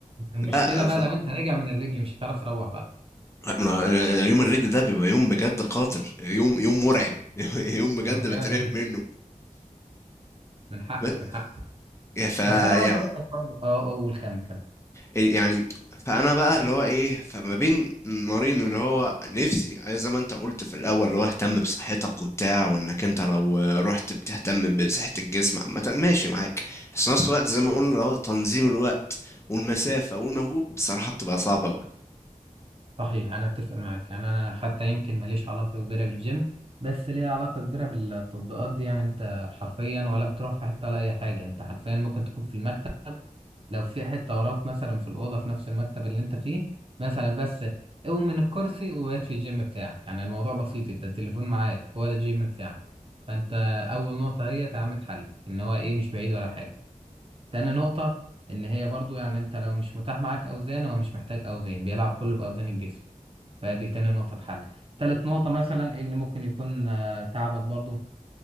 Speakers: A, on the right (about 40°); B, on the left (about 20°).
A: المشكله
B: لا
A: بقى
B: ف...
A: لو انت راجع من الرجل مش هتعرف تروح بقى
B: من يوم الرجل ده بيبقى يوم بجد قاتل يوم يوم مرعب <laughs> يوم بجد
A: آه،
B: بترعب
A: فعلا
B: منه
A: من حقك
B: بس
A: من حقك
B: يا ف
A: بس انا عاوز
B: يا
A: اقول لك برضه اه آه، قول كم كم
B: إيه يعني فانا بقى اللي هو ايه فما بين نارين اللي هو نفسي أي زي ما انت قلت في الاول اللي هو اهتم بصحتك وبتاع وانك انت لو رحت بتهتم بصحة الجسم عامة ماشي معاك بس في نفس الوقت زي ما قلنا اللي هو تنظيم الوقت والمسافة والمجهود بصراحة بتبقى صعبة قوي
A: صحيح انا اتفق معاك يعني انا حتى يمكن ماليش علاقه كبيره بالجيم بس ليا علاقه كبيره بالتطبيقات دي يعني انت حرفيا ولا بتروح في حته ولا اي حاجه انت حرفيا ممكن تكون في المكتب لو في حتة وراك مثلا في الأوضة في نفس المكتب اللي أنت فيه مثلا بس قوم من الكرسي وبات في الجيم بتاعك يعني الموضوع بسيط أنت التليفون معاك هو ده الجيم بتاعك فأنت أول نقطة هي تعمل اتحلل إن هو إيه مش بعيد ولا حاجة تاني نقطة إن هي برضو يعني أنت لو مش متاح معاك أوزان هو مش محتاج أوزان بيلعب كله بأوزان الجسم فدي تاني نقطة اتحلل تالت نقطة مثلا إيه اللي ممكن يكون آه، تعبك برضو